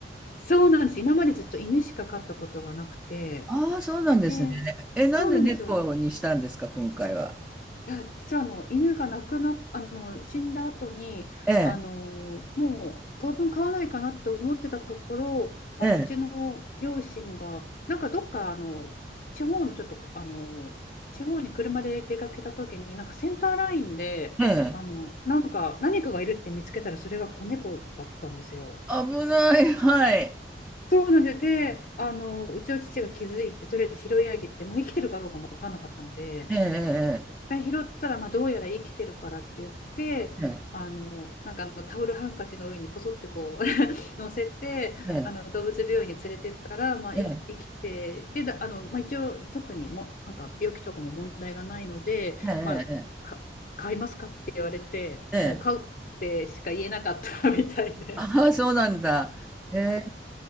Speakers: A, on the left; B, in the centre.
A: そうなんです。今までずっと犬しか飼ったことがなくて、
B: ああ、そうなんですね。
A: で
B: え、なんで猫にしたんですか、
A: そうなんですよ。
B: 今回は。
A: いや、実はあの犬が亡くなっ、あの死んだ後にあのもう当分飼わないかなって思ってたところあのうちの両親がなんかどっかあの地方のちょっとあの地方に車で出かけた時になんかセンターラインであのなんか何かがいるって見つけたらそれが子猫だったんですよ。
B: ええ、ええ、ええ。危ない、はい。
A: そうなんですであのうちの父が気づいてとりあえず拾い上げてもう生きてるかどうかも分かんなかったので。
B: ええ、
A: 回拾ったら、まあ、どうやら生きてるからって言って、
B: ええ、
A: あの、なんかあのタオルハンカチの上にポソってこう <laughs> 乗せて、
B: ええ、
A: あの動物病院に連れてったら、まあ、
B: ええ、
A: い生きて、で、だあの、まあ、一応特にも、なんか病気とかも問題がないので、
B: ええ、
A: まあ、
B: ええ、
A: か買いますかって言われて、
B: ええ。
A: もう買うってしか言えなかった
B: ええ
A: <laughs> みたいで。
B: ああ、そうなんだ。ええ、